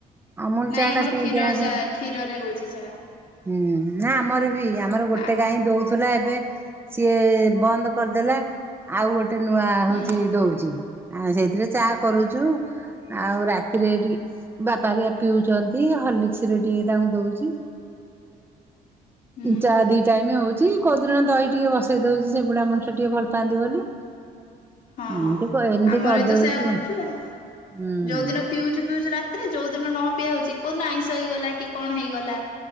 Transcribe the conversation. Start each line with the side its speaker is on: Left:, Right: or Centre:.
Right: ଅମୁଲ
Left: ନାଇଁ
Right: ଚା
Left: ଆମର
Right: ଟା ଟିକେ
Left: କ୍ଷୀର
Right: ଗ୍ୟାସ୍
Left: ଚା କ୍ଷୀରରେ ହଉଛି ଚାହା।
Right: ହୁଁ ନା ଆମର ବି ଆମର ଗୋଟେ
Left: ଆ
Right: ଗାଈ ଦଉ ଥିଲା ଏବେ ସିଏ ବନ୍ଦ କରିଦେଲା। ଆଉ ଗୋଟେ ନୂଆ
Left: ହୁଁ
Right: ହଉଛି ଦଉଛି। ଆଉ ସେଇଥିରେ ଚା କରୁଛୁ ଆଉ ରାତିରେ ଟିକେ ପାରିଆ ପିଉଛନ୍ତି ହୋର୍ଲିକ୍ସରେ ଟିକେ ତାଙ୍କୁ ଦଉଛି।
Left: ହୁଁ
Right: ଚା ଦି ଟାଇମ ହଉଛି କୋଉଦିନ ଦହି ଟିକେ ବସେଇ ଦଉଛି ସେଗୁଡା ମଣିଷ ଟିକେ ଭଲ ପାଆନ୍ତି ବୋଲି।
Left: ହଁ
Right: ଏମତି ଏମିତି
Left: ଆମର
Right: କରିଦଉଛି
Left: ବି ତ ସେଇୟା କରୁଛୁ ଆଉ।
Right: ହୁଁ
Left: ଯୋଉଦିନ ପିଉଛୁ ପିଉଛୁ ରାତି ତେରେ ଯୋଉ ଦିନ ନପିଆ ହୋଉଚି। କୋଉଦିନ ଆଇଁଷ ହେଇଗଲା କି କଣ ହେଇଗଲା